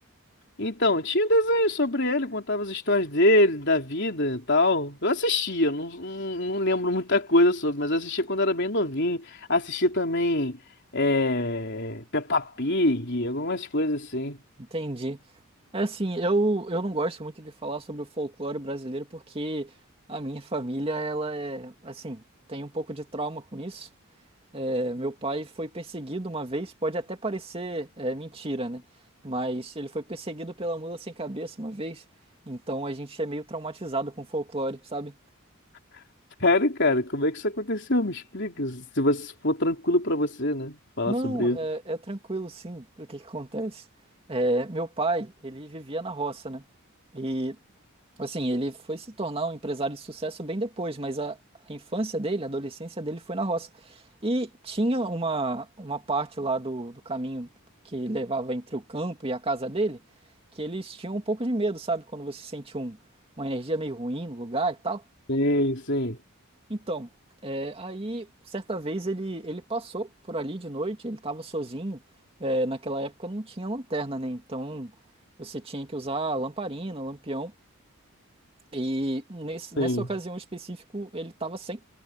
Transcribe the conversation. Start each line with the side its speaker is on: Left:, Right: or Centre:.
Left: Então, tinha um desenho sobre ele, contava as histórias dele, da vida e tal. Eu assistia, não, não, não lembro muita coisa sobre, mas eu assistia quando era bem novinho. Assistia também é, Peppa Pig, algumas coisas assim.
Right: Entendi. É assim, eu, eu não gosto muito de falar sobre o folclore brasileiro porque a minha família, ela é, assim, tem um pouco de trauma com isso. É, meu pai foi perseguido uma vez, pode até parecer é, mentira, né? Mas ele foi perseguido pela mula sem cabeça uma vez, então a gente é meio traumatizado com folclore, sabe?
Left: <laughs> Sério, cara, como é que isso aconteceu? Me explica, se você for tranquilo pra você, né? Falar
Right: Não,
Left: sobre
Right: é,
Left: isso.
Right: é tranquilo sim. O que que acontece? É, meu pai, ele vivia na roça, né? E, assim, ele foi se tornar um empresário de sucesso bem depois, mas a, a infância dele, a adolescência dele foi na roça. E tinha uma, uma parte lá do, do caminho que levava entre o campo e a casa dele, que eles tinham um pouco de medo, sabe? Quando você sente um, uma energia meio ruim no lugar e tal.
Left: Sim, sim,
Right: Então. É, Aí, certa vez, ele, ele passou por ali de noite, ele estava sozinho. É, naquela época não tinha lanterna, né? Então você tinha que usar lamparina, lampião. E nesse, nessa
Left: sim,
Right: ocasião em específico, ele estava sem,